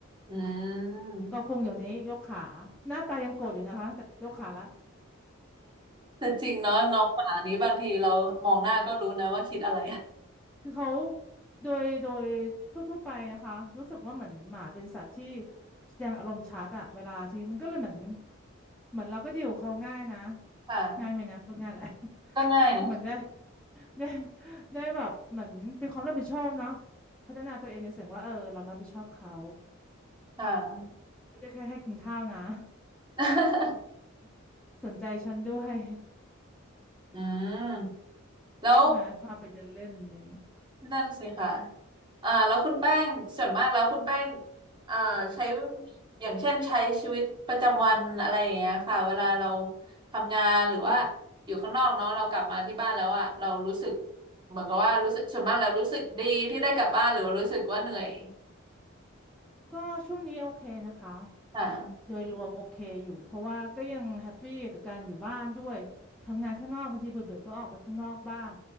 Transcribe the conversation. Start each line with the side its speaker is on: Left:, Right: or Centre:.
Right: อืม
Centre: ก็พงอยู่นี้ยกขาหน้าตายังโกรธอยู่นะคะแต่ยกขาละ
Right: แต่จริงเนาะน้องหมานี้บางทีเรามองหน้าก็รู้นะว่าคิดอะไร
Centre: คือเขาโดยโดยทั่วๆไปนะคะรู้สึกว่าเหมือนหมาเป็นสัตว์ที่แสดงอารมณ์ชัดอะเวลาที่มันก็เลยเหมือนเหมือนเราก็ดีลกับเขาง่ายนะ
Right: ค่ะ
Centre: ง่ายไหมนะก็ง่ายแหละ <laughs>
Right: ก็ง่ายนะ
Centre: เหมือนได้ได้ได้แบบเหมือนเป็นความรับผิดชอบเนาะพัฒนาตัวเองในเสียงว่าเออเรารับผิดชอบเขา
Right: ค่ะ
Centre: ไม่ได้แค่ให้กินข้าวนะ
Right: <laughs>
Centre: <laughs> สนใจฉันด้วย
Right: อืมแล้ว
Centre: ใช่ไหมพาไปเดินเล่นอะไรอย่างเงี้ย
Right: นั่นสิค่ะอ่าแล้วคุณแป้งส่วนมากแล้วคุณแป้งอ่าใช้อย่างเช่นใช้ชีวิตประจำวันอะไรอย่างเงี้ยค่ะเวลาเราทำงานหรือว่า
Centre: ค่ะ
Right: อยู่ข้างนอกเนาะเรากลับมาที่บ้านแล้วอ่ะเรารู้สึกเหมือนกับว่ารู้สึกส่วนมากแล้วรู้สึกดีที่ได้กลับบ้านหรือว่ารู้สึกว่าเหนื่อย
Centre: ก็ช่วงนี้โอเคนะคะ
Right: ค่ะ
Centre: โดยรวมโอเคอยู่เพราะว่าก็ยังแฮปปี้กับการอยู่บ้านด้วยทำงานข้างนอกบางทีเบื่อเบก็ออกไปข้างนอกบ้าง